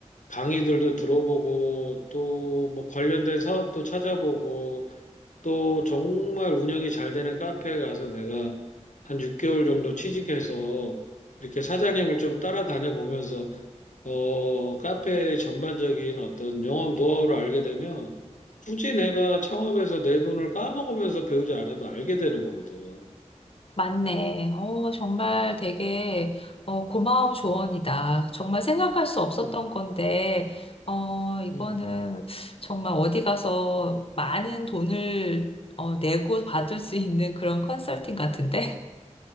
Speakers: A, on the left; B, on the left.
A: 강의들도 들어보고 또 뭐 관련된 사업도 찾아보고 또 정말 운영이 잘 되는 카페에 가서 내가 한 6개월 정도 취직해서 이렇게 사장님을 좀 따라다녀 보면서 어, 카페의 전반적인 어떤 영업 노하우를 알게 되면 굳이 내가 창업해서 내 돈을 까먹으면서 배우지 않아도 알게 되는 거거든.
B: 맞네. 어, 정말 되게 어, 고마운 조언이다. 정말 생각할 수 없었던
A: 응,
B: 건데, 어, 이거는
A: 응,
B: 정말 어디 가서 많은 돈을 어, 내고 받을 수 있는 그런 컨설팅 같은데?